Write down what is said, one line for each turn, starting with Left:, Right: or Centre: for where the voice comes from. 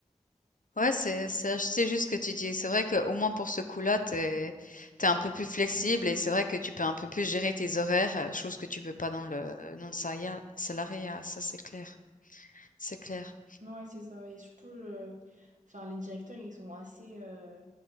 Left: Ouais, c'est c'est c'est juste ce que tu dis. C'est vrai qu'au moins pour ce coup-là, t'es es, un peu plus flexible et c'est vrai que tu peux un peu plus gérer tes horaires, euh, chose que tu peux pas dans le dans le salariat, salariat, ça c'est clair. C'est clair.
Right: Ouais, c'est ça. Et surtout, euh, enfin, les directeurs, ils sont assez, euh,